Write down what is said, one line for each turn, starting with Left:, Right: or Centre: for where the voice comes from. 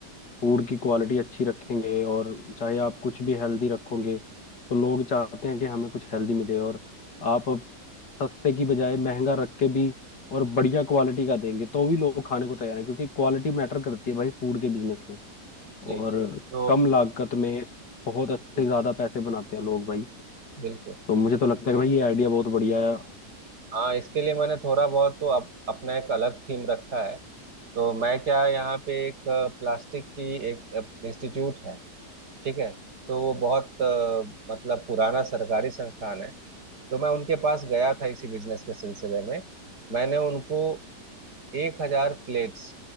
Left: फूड की क्वालिटी अच्छी रखेंगे और चाहे आप कुछ भी हेल्दी रखोगे तो लोग चाहते हैं कि हमें कुछ हेल्दी मिले और आप अब सस्ते की बजाय महंगा रख के भी और बढ़िया क्वालिटी का देंगे तो भी लोग खाने को तैयार हैं क्योंकि क्वालिटी मैटर करती है भाई फूड के बिजनेस
Right: जी
Left: में और
Right: जी, तो
Left: कम लागत में बहुत अच्छे
Right: जी
Left: ज़्यादा पैसे बनाते हैं लोग भाई
Right: बिल्कुल
Left: तो मुझे तो लगता
Right: इसके
Left: है कि भाई
Right: लिए
Left: ये आइडिया बहुत बढ़िया है
Right: हाँ इसके लिए मैंने थोड़ा बहुत तो अप, अपना एक अलग थीम रखा है तो मैं क्या यहाँ पे एक प्लास्टिक की एक इंस्टीट्यूट है ठीक है तो वो बहुत अ, मतलब पुराना सरकारी संस्थान है तो मैं उनके पास गया था इसी बिजनेस के सिलसिले में मैंने उनको एक हजार प्लेट्स